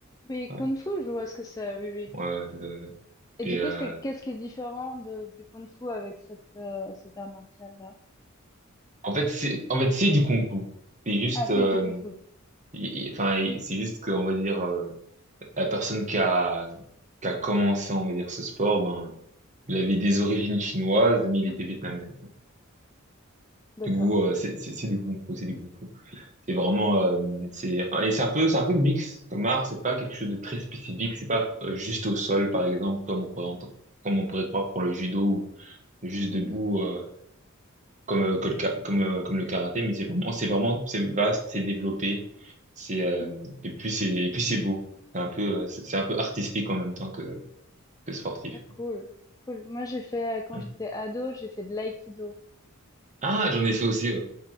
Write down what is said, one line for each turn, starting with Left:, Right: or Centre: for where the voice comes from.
Left: Oui,
Right: Ouais,
Left: Kung Fu, je vois ce que c'est, oui, oui.
Right: ouais, ouais, c'est ça, c'est ça.
Left: Et
Right: Et
Left: du
Right: euh,
Left: coup, c'est, qu'est-ce qui est différent de, du Kung Fu avec cette, euh, cet art martial-là?
Right: en fait c'est, en fait c'est du kung-fu. C'est juste,
Left: Ah, c'est
Right: euh,
Left: du Kung Fu.
Right: il- il- enfin il- c'est juste qu'on va dire euh, la personne qui a qui a commencé on va dire ce sport, ben il avait des origines chinoises mais il était vietnamien.
Left: D'accord.
Right: Du coup, euh, c'est c'est- c'est du kung fu, c'est du kung fu. C'est vraiment, euh, c'est et c'est un peu, c'est un peu mix comme art. C'est pas quelque chose de très spécifique. C'est pas euh, juste au sol, par exemple, comme on pourrait ent- comme on pourrait croire pour le judo ou juste
Left: Mhm,
Right: debout, euh, comme euh, que le ka- comme euh, comme le karaté. Mais c'est vraiment, c'est vraiment, c'est vaste, c'est développé. C'est
Left: mhm.
Right: euh, et puis c'est et puis c'est beau. C'est un peu, euh, c'est c'est un peu artistique en même temps que que sportif.
Left: Ah, cool. Cool. Moi, j'ai fait, euh, quand
Right: Ouais.
Left: j'étais ado, j'ai fait de l'aïkido
Right: Ah, j'en
Left: pendant
Right: ai fait aussi. Ouais.